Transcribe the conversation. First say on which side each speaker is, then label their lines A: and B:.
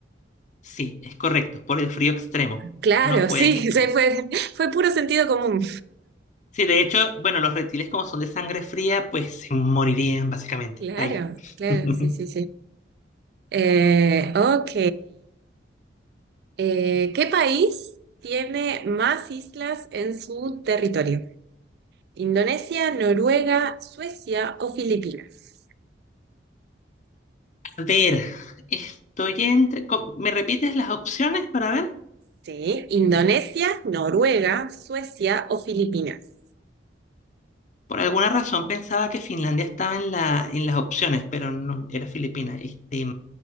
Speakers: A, on the left (about 40°); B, on the right (about 60°).
A: Sí, es correcto, por el frío extremo.
B: Claro,
A: No pueden
B: sí,
A: estar.
B: <laughs> se fue, fue puro sentido común.
A: Sí, de hecho, bueno, los reptiles como son de sangre fría, pues se morirían básicamente
B: Claro,
A: ahí.
B: claro,
A: <laughs>
B: sí, sí, sí. Eh, ok. Eh, ¿qué país tiene más islas en su territorio? ¿Indonesia, Noruega, Suecia o Filipinas?
A: A ver, estoy entre... co- ¿Me repites las opciones para ver?
B: Sí, Indonesia, Noruega, Suecia o Filipinas.
A: Por alguna razón pensaba que Finlandia estaba en la, en las opciones, pero no, era Filipina. Este,